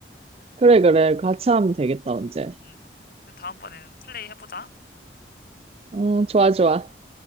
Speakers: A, on the right; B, on the left.
A: 그래, 그래. 같이 하면 되겠다, 언제.
B: 응. 그리고 다음번에는 플레이 해보자.
A: 어, 좋아, 좋아.